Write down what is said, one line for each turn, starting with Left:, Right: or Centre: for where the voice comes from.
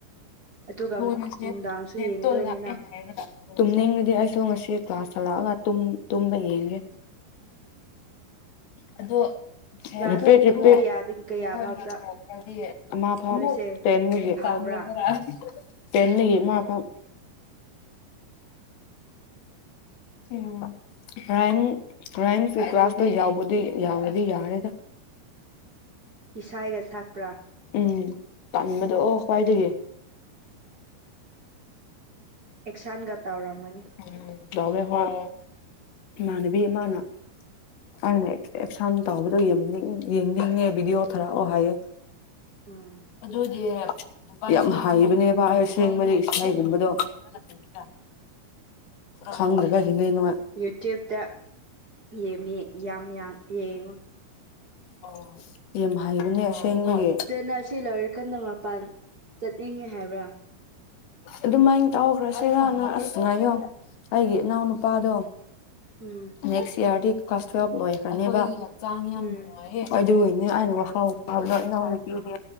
Right: ꯑꯗꯨꯒ
Left: <unintelligible>
Right: ꯅꯨꯡꯗꯥꯡꯁꯨ ꯌꯦꯡꯗꯣꯏꯅꯤꯅ
Left: ꯇꯨꯝꯅꯤꯡꯔꯗꯤ ꯑꯩꯁꯨ ꯉꯁꯤ ꯀ꯭ꯂꯥꯁ ꯍꯜꯂꯛꯑꯒ ꯇꯨꯝꯕ ꯌꯦꯡꯒꯦ ꯑꯗꯣ <unintelligible>
Right: ꯀ꯭ꯂꯥꯁ ꯄꯨꯡ ꯀꯌꯥꯗꯒꯤ ꯀꯌꯥ ꯐꯥꯎꯗ
Left: <unintelligible>
Right: ꯅꯣꯏꯁꯦ ꯍꯥꯎꯕ꯭ꯔꯥ
Left: <unintelligible>
Right: ꯏꯁꯥꯏꯒ ꯁꯛꯄ꯭ꯔꯥ
Left: ꯎꯝ ꯇꯥꯟꯕꯗꯣ ꯑꯣ ꯈ꯭ꯋꯥꯏꯗꯒꯤ
Right: ꯑꯦꯛꯁꯥꯟꯒ ꯇꯧꯔꯝꯃꯅꯤ꯫
Left: ꯎꯝ ꯇꯧꯋꯦ ꯍꯣꯏ ꯏꯃꯥꯟꯅꯕꯤ ꯑꯃꯥꯅ꯫ ꯑꯩꯅ ꯑꯦꯛꯁꯟ ꯇꯧꯕꯗꯣ ꯌꯦꯡꯅꯤꯡ ꯌꯦꯡꯅꯤꯡꯉꯦ ꯕꯤꯗꯤꯑꯣ ꯊꯔꯛꯑꯣ ꯍꯥꯏꯌꯦ
Right: ꯎꯝ
Left: ꯑꯗꯨ ꯒꯤ ꯌꯥꯝ ꯍꯥꯏꯕꯅꯦꯕ ꯑꯁꯦꯡꯕꯗꯤ ꯏꯁꯩꯒꯨꯝꯕꯗꯣ꯫ <unintelligible> ꯈꯪꯗꯕꯒꯤꯅꯦ ꯅꯣꯏ
Right: ꯌꯨꯇ꯭ꯌꯨꯕꯇ ꯌꯦꯝꯃꯦ ꯌꯥꯝ ꯌꯥꯝ ꯌꯦꯡꯉꯣ꯫
Left: ꯑꯣ ꯌꯥꯝ ꯍꯩꯕꯅꯦ ꯑꯁꯤ ꯑꯅꯤꯒꯤ
Right: <unintelligible> ꯑꯁꯤ ꯂꯣꯏꯔ ꯀꯟꯅ ꯃꯄꯥꯟ ꯆꯠꯅꯤꯡꯉꯦ ꯍꯥꯏꯕ꯭ꯔꯥ
Left: ꯑꯗꯨꯃꯥꯏꯅ ꯇꯧꯈ꯭ꯔꯁꯤꯔꯅ ꯑꯁꯤ ꯉꯥꯏꯌꯣ ꯑꯩꯒꯤ ꯏꯅꯥꯎ ꯅꯨꯨꯄꯥꯗꯣ
Right: ꯎꯝ
Left: ꯅꯦꯛꯁ ꯏꯌꯥꯔꯗꯤ ꯀ꯭ꯂꯥꯁ ꯇꯨꯌꯦꯞ ꯂꯣꯏꯈ꯭ꯔꯅꯦꯕ ꯆ
Right: ꯎꯝ
Left: ꯌꯥꯝ ꯅꯨꯡꯉꯥꯏꯌꯦ ꯍꯣꯏ ꯑꯗꯨꯒꯤꯅꯦ ꯑꯩꯅ <unintelligible> ꯏꯅꯥꯎꯅꯨꯄꯤꯗꯤ